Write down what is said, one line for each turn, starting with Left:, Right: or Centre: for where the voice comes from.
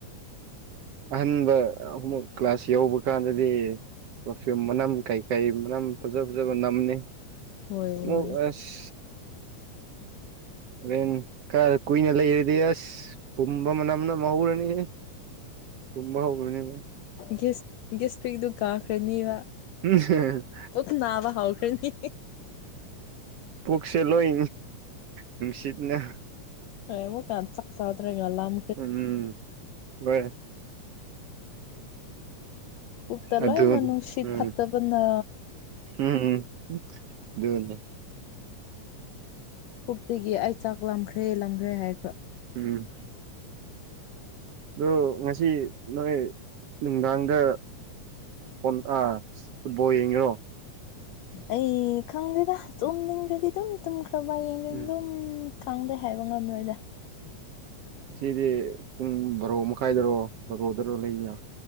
Right: ꯑꯍꯟꯕ ꯑꯃꯨꯛ ꯀ꯭ꯂꯥꯁ ꯌꯥꯎꯕ ꯀꯥꯟꯗꯗꯤ ꯄ꯭ꯔꯐꯤꯌꯨꯝ ꯃꯅꯝ ꯀꯩ ꯀꯩ ꯃꯅꯝ ꯐꯖ ꯐꯖꯕ ꯅꯝꯕꯅꯤ
Left: ꯍꯣꯏ
Right: ꯑꯃꯨꯛ
Left: ꯍꯣꯏ
Right: ꯑꯁ ꯍꯣꯔꯦꯟ ꯈꯔ ꯀꯨꯏꯅ ꯂꯩꯔꯗꯤ ꯑꯁ ꯄꯨꯝꯕ ꯃꯅꯝ ꯅꯝ <unintelligible> ꯄꯨꯝꯕ ꯍꯧꯒ꯭ꯔꯅꯤꯕ
Left: ꯒꯤꯁ ꯒꯤꯁꯇ꯭ꯔꯤꯗꯨ ꯀꯥꯈ꯭ꯔꯅꯤꯕ
Right: <unintelligible>
Left: ꯄꯨꯛ ꯅꯥꯕ ꯍꯧꯈ꯭ꯔꯅꯤ
Right: ꯄꯨꯛꯁꯦ ꯂꯣꯏ ꯅꯨꯡꯁꯤꯠꯅ
Left: ꯑꯩ ꯑꯃꯨꯛꯀ ꯆꯥꯛ ꯆꯥꯗ꯭ꯔꯤꯒ ꯂꯥꯝ
Right: ꯎꯝ ꯋꯥꯏ
Left: ꯄꯨꯛꯇ
Right: ꯑꯗꯨꯅꯤ
Left: ꯂꯣꯏꯅ ꯅꯨꯡꯁꯤꯠ
Right: ꯎꯝ
Left: ꯐꯠꯇꯕꯅ
Right: ꯎꯝ ꯎꯝ ꯑꯗꯨꯅꯤ
Left: ꯄꯨꯛꯇꯒꯤ ꯑꯩ ꯆꯥꯛ ꯂꯥꯝꯈ꯭ꯔꯦ ꯂꯥꯝꯈ꯭ꯔꯦ ꯍꯥꯏ
Right: ꯎꯝ ꯑꯗꯣ ꯉꯁꯤ ꯅꯣꯏ ꯅꯨꯡꯗꯥꯡꯗ ꯐꯣꯟ ꯑꯥ ꯐꯨꯠꯕꯣꯜ ꯌꯦꯡꯉꯤꯔꯣ
Left: ꯑꯩ ꯈꯪꯗꯦꯗ ꯇꯨꯝꯅꯤꯡꯈ꯭ꯔꯗꯤ ꯑꯗꯨꯝ ꯇꯨꯝꯈ꯭ꯔꯕ ꯌꯦꯡꯗꯦ
Right: ꯎꯝ
Left: ꯑꯗꯨꯝ ꯈꯪꯗꯦ ꯍꯥꯏꯕ ꯉꯝꯔꯣꯏꯗ
Right: ꯉꯁꯤꯗꯤ ꯄꯨꯡ ꯕꯥꯔꯣ ꯃꯈꯥꯏꯗꯔꯣ ꯕꯥꯔꯣꯗꯔꯣ ꯂꯩꯅꯤꯅ